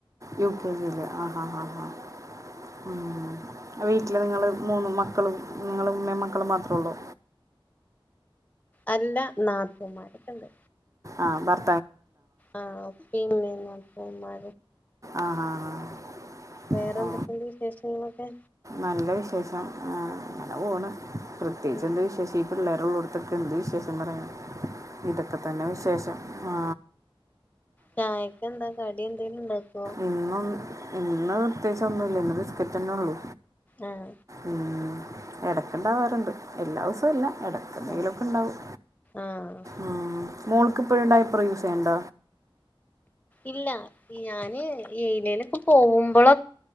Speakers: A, on the right; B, on the left.
A: യു കെ ജയില ആ ഹാ ഹാ ഹാ ഉ വീട്ടില് നിങ്ങള് മൂന്ന് മക്കളും നിങ്ങള് ഉമ്മേ മക്കളും മാത്രേ ഉള്ളൂ
B: അല്ല നാത്തമാരൊക്കെണ്ട്
A: ആഹ ബർ
B: ആഹ് പി മാ
A: ആഹ ആഹ
B: വേറെ
A: ഓ
B: എന്തൊക്കെയുണ്ട് വിശേഷങ്ങളൊക്കെ
A: നല്ല വിശേഷം ആ അങ്ങനെ പോകണ് പ്രത്യേകിച്ച്
B: ഉം
A: എന്ത് വിഷേഷം ഈ പിള്ളേരുള്ളോടു എന്ത് വിശേഷം പറയാ ഇതൊക്കെ തന്നെ വിശേഷം ആ
B: ചായക്ക എന്താ കടി എന്തേിലും ഇണ്ടോ
A: ഇന്നൊ ഇന്ന് പ്രത്യേകിച്ച ഒന്നുമല്ല ഇന്ന് ബിസ്ക്കറ്റ് തന്നെ ഉള്ളു
B: ആഹ
A: ഉം ഇടക്കുണ്ടാവാറുണ്ട് എല്ലാ ദിവസവും അല്ല ഇടക്കെന്തെങ്കിലുംക്കെ
B: ആഹ്
A: ഉണ്ടാവും
B: ആഹ്
A: ഉ മോൾക്ക് ഇപ്പോഴുണ്ടായ പ്ര യൂസ് ചെയ്യണ്ട
B: ഇല്ല ഞാന് ലേനൊക്കെ പോകുമ്പോളൊ